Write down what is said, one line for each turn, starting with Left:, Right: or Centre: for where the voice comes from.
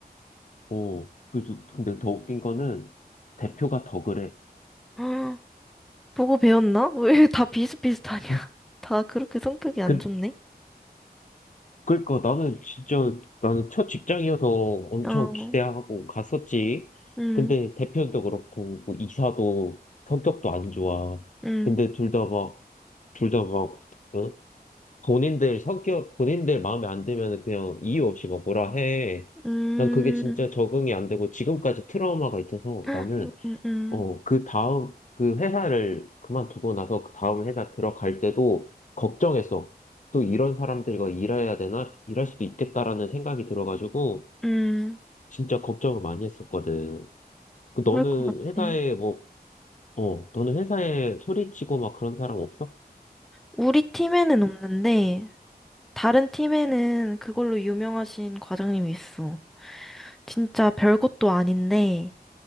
Left: 어. 그래서 근데 더 웃긴 거는 대표가 더 그래.
Centre: 헉, 보고 배웠나? <laughs> 왜 다 비슷비슷하냐?
Left: <laughs>
Centre: <laughs> 다 그렇게 성격이 안
Left: 근데
Centre: 좋네?
Left: 그러니까 나는 진짜 나는 첫 직장이어서 엄청
Centre: 어,
Left: 기대하고 갔었지.
Centre: 음,
Left: 근데 대표도 그렇고 뭐 이사도 성격도 안 좋아.
Centre: 음,
Left: 근데 둘 다 막, 둘 다 막, 어? 본인들 성격, 본인들 마음에 안 들면 그냥 이유 없이 막 뭐라 해.
Centre: 음,
Left: 난 그게 진짜 적응이 안 되고 지금까지 트라우마가 있어서 나는
Centre: 음, 음, 음,
Left: 어, 그 다음, 그 회사를 그만두고 나서 그 다음 회사 들어갈 때도 걱정했어. 또 이런 사람들과 일해야 되나? 일할 수도 있겠다라는 생각이 들어가지고
Centre: 음.
Left: 진짜 걱정을 많이 했었거든. 그 너는
Centre: 그럴 것 같아.
Left: 회사에 뭐, 어, 너는 회사에 소리치고 막 그런 사람 없어?
Centre: 우리 팀에는 없는데, 다른 팀에는 그걸로 유명하신 과장님이 있어. 진짜 별것도 아닌데,